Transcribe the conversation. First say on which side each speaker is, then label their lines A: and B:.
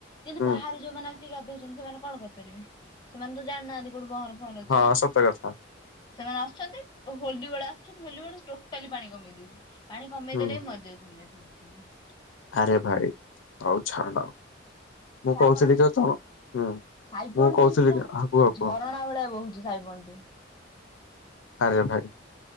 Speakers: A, on the left; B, on the left.
A: କିନ୍ତୁ
B: ହୁଁ
A: ବାହାରୁ ଯୋଉମାନେ ଆିକ ଗାଧଉଛନ୍ତି ସେମାନେ କଣ କରିପାରିବେ ସେମାନେ ତ ଜାଣିନାହାନ୍ତି। କୋଉଠି ଭଅଁର ଫଅଁର ଅଛି
B: ହଁ
A: ନା
B: ସତ କଥା।
A: ସେମାନେ ଆସୁଛନ୍ତି ହୋଲି ବେଳେ ଆସୁଛନ୍ତି ହୋଲି ବେଳେ ଟୋଟାଲି ପାଣି କମେଇ ଦଉଛି। ପାଣି କମେଇ
B: ହୁଁ
A: ଦେଲେ ହିଁ ମରିଯାଉଛନ୍ତି ଆ। <inaudible>
B: ଆରେ ଭାଇ ଆଉ ଛାଡ। ମୁଁ କହୁଥିଲି
A: ଆମର
B: କି ତମ
A: <inaudible>
B: ହୁଁ
A: ସାଇବନ୍
B: ମୁଁ କହୁଥିଲି
A: <inaudible>
B: କି ହଁ କୁହ
A: ଝରଣା
B: କୁହ
A: ଭଳିଆ ବହୁଛି ସାଇବନ୍ ଟି।
B: ଆରେ ଭାଇ।